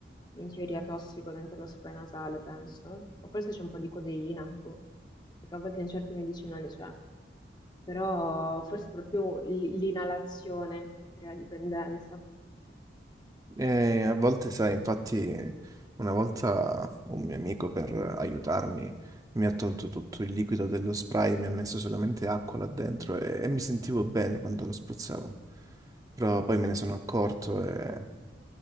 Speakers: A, on the left (about 20°); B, on the right (about 20°).
A: in teoria tossico dentro lo spray nasale, penso. O forse c'è un po' di codeina, boh, perché a volte in certi medicinali c'è, però forse proprio l- l'inalazione crea dipendenza.
B: E a volte, sai, infatti, una volta un mio amico per aiutarmi mi ha tolto tutto il liquido dello spray, mi ha messo solamente acqua là dentro e, e mi sentivo bene quando lo spruzzavo. Però poi me
A: Eh,
B: ne sono accorto e-